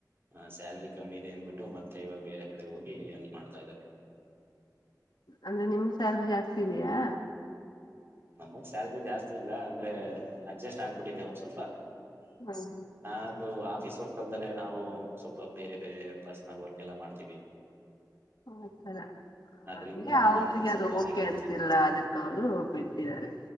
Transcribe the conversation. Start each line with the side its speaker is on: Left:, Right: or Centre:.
Right: ಹ ಸ್ಯಾಲ್ರಿ ಕಮ್ಮಿ ಇದೆ ಅನ್ಬಿಟ್ಟು ಮತ್ ದೈವ ಬೇರೆ ಕಡೆ ಹೋಗಿ ಎಲ್ ಮಾಡ್ತಾ ಇದ್ದಾನೆ.
Left: ಅಂದ್ರೆ ನಿಮ್ ಸ್ಯಲ್ರಿ ಜಾಸ್ತಿ ಇದ್ಯಾ.
Right: ನಮ್ಗ್ ಸ್ಯಾಲ್ರಿ ಜಾಸ್ತಿ ಇಲ್ಲ ಅಂದ್ರೆ ಅಡ್ಜಸ್ಟ್ ಆಗ್ಬಿಟ್ಟಿದೆ ಒಂದ್ ಸ್ವಲ್,
Left: ಹ್ಮ್
Right: ನಾ ಇದು ಆಫೀಸ್ ವರ್ಕ್ ಅಲ್ದಲ್ಲೇ ನಾವು ಸ್ವಲ್ಪ ಬೇರೆ ಬೇರೆ ಪರ್ಸನಲ್ ವರ್ಕ್ ಎಲ್ಲ ಮಾಡ್ತೀವಿ.
Left: ಆತರ.
Right: ಅದ್ರಿಂದ
Left: ಹಂಗೆ ಅವ್ರಿಗ್
Right: ನಮಗೊಂದ್ ಸ್ವಲ್ಪ
Left: ಅದು ಓಕೆ
Right: ನಡೆಯುತ್ತೆ
Left: ಅಂತಿಲ್ಲ ಅದಕ್ ಅವ್ರು ಬಿಟ್ಟಿದ್ದಾರೆ.